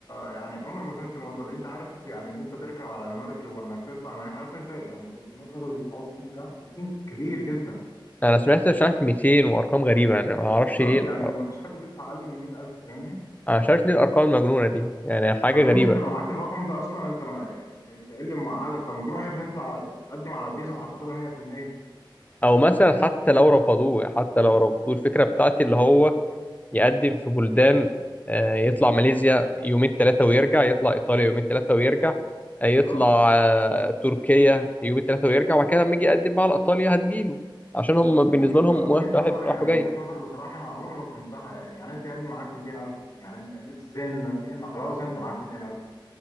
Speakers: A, on the left; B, on the left.
A: يعني عمري ما فهمت الموضوع اللي انت عارف انت يعني اللي انت تركب على المركب وانك تطلع معاك عارف انت يعني المبلغ اللي بيدفعوه بيكون كام؟ بيكون كبير جدا
B: أنا سمعت مش عارف 200 وأرقام غريبة يعني ما أعرفش
A: بالظبط
B: ليه
A: يعني ما فيش حد بيدفع اقل من 100000 فاهمني؟
B: أنا مش عارف ليه الأرقام المجنونة دي يعني حاجة
A: طب يا
B: غريبة
A: ابني انت لو معاك الرقم ده اصلا انت ما انت انت ايه اللي موقعك طب ما تروح يا ابني اطلع قدم على فيزا وهتاخدها 100%
B: او مثلا حتى لو رفضوه حتى لو رفضوه الفكره بتاعتي اللي هو يقدم في بلدان آه، يطلع ماليزيا يومين ثلاثه ويرجع يطلع ايطاليا يومين ثلاثه ويرجع آه،
A: بالظبط
B: يطلع آه، تركيا يومين ثلاثه ويرجع وبعد كده لما يجي يقدم بقى على ايطاليا هتجيله عشان هم
A: بس
B: بالنسبه
A: يعني انت
B: لهم
A: وجهة
B: واحد واحد
A: نظر يعني
B: رايح وجاي
A: وجهة نظر بصراحة انا عمري ما فهمتها يعني انت يا ابني معاك 200000 يعني انت لسه زي انك ان خلاص انت معاك 200000